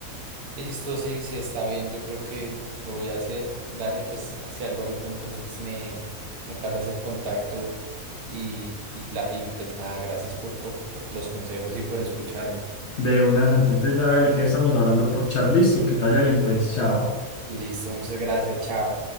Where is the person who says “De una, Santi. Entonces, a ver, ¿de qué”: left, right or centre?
Left